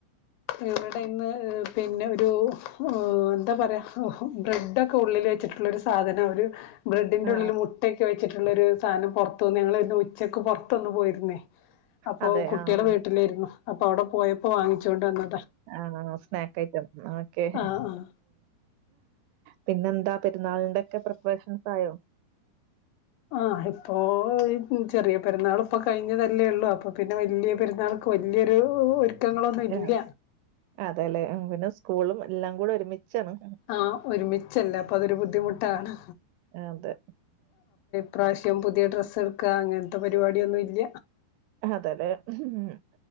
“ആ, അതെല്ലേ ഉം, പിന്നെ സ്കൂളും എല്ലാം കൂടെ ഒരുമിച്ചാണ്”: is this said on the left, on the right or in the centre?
Right